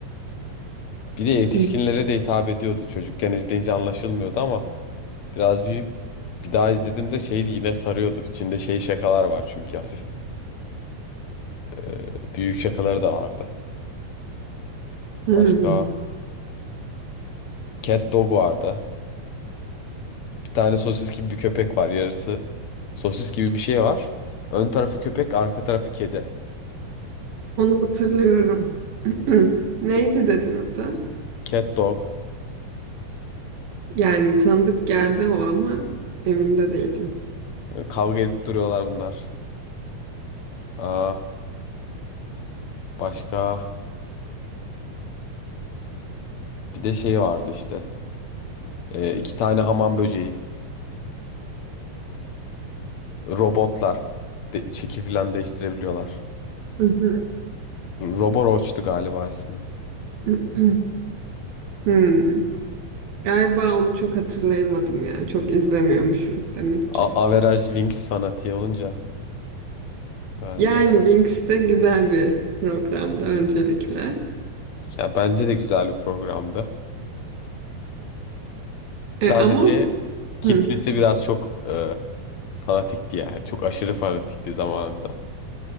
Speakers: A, on the left; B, on the right.
A: Bir de yetişkinlere
B: Hı.
A: de hitap ediyordu. Çocukken izleyince anlaşılmıyordu ama biraz büyüyüp bir daha izlediğimde şeydi yine sarıyordu. İçinde şey şakalar var çünkü hafif e, büyük şakaları da vardı.
B: Hı.
A: Başka Cat Dog vardı. Bir tane sosis gibi bir köpek var. Yarısı sosis gibi bir şey var. Ön tarafı köpek, arka tarafı kedi.
B: Onu hatırlıyorum. <clears throat> Neydi dedin adı?
A: Cat Dog.
B: Yani tanıdık geldi o ama emin de değilim.
A: E, Kavga edip duruyorlar bunlar. Aa, başka bir de şey vardı işte. E, iki tane hamam böceği. Robotlar. De, şekil falan değiştirebiliyorlar.
B: Hı hı.
A: Roboroach'tu galiba ismi.
B: <clears throat> Hmm. Galiba onu çok hatırlayamadım ya. Çok izlemiyormuşum demek
A: A
B: ki.
A: Average Wings fanatiği olunca herhalde.
B: Yani Wings de güzel bir programdı öncelikle.
A: Ya bence de güzel bir programdı. Sadece
B: E, ama
A: kitlesi
B: hı.
A: biraz çok e, fanatikti yani. Çok aşırı fanatikti zamanında.